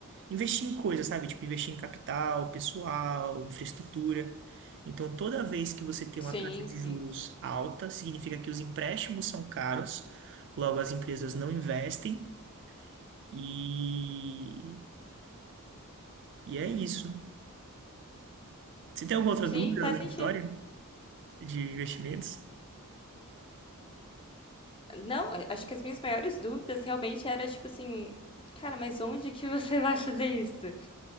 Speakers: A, on the right; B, on the left.
A: investir em coisas, sabe? Tipo, investir em capital, pessoal, infraestrutura. Então, toda vez que você tem
B: Sim,
A: uma taxa de
B: sim,
A: juros
B: sim.
A: alta, significa que os empréstimos são caros, logo as empresas não investem e, e é isso. Você tem alguma outra
B: Sim,
A: dúvida
B: faz
A: aleatória
B: sentido.
A: de investimentos?
B: Não, a- acho que as minhas maiores dúvidas realmente era tipo assim, cara, mas onde que você <laughs> vai fazer isso?